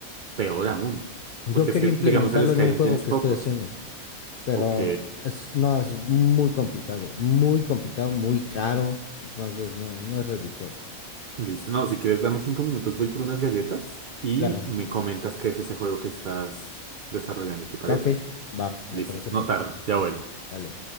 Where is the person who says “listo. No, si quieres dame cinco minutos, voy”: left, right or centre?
Right